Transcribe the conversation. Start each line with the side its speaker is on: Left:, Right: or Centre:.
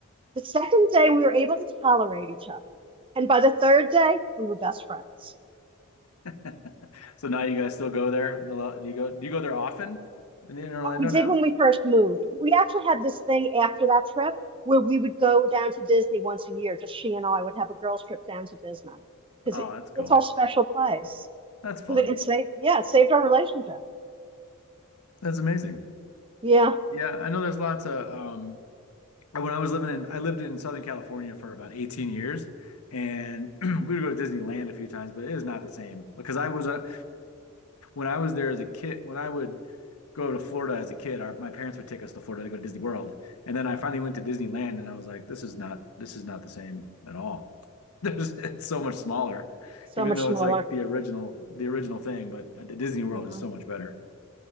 Right: The second day, we were able to tolerate each other. And by the third day, we were best friends.
Left: <laughs> So now you guys still go there? Do you go do you go there often in Orlando
Right: What we did
Left: now?
Right: when we first moved, we actually had this thing after that trip where we would go down to Disney once a year. Just she and I would have a girls' trip down to Disney because
Left: Oh,
Right: it,
Left: that's cool.
Right: it's our special place.
Left: That's fun.
Right: Because it, it saved, yeah, it saved our relationship.
Left: That's amazing.
Right: Yeah,
Left: Yeah, I know there's lots of um when I was living in I lived in Southern California for about 18 years and <clears throat> we would go to Disneyland a few times, but it is not the same because I was uh, when I was there as a kid, when I would go to Florida as a kid, our, my parents would take us to Florida to go to Disney World, and then I finally went to Disneyland, and I was like, this is not this is not the same at all. <laughs> There's, it's so much smaller,
Right: so
Left: even
Right: much
Left: though
Right: smaller.
Left: it's like the original the original thing, but uh, Disney World
Right: Yeah.
Left: is so much better.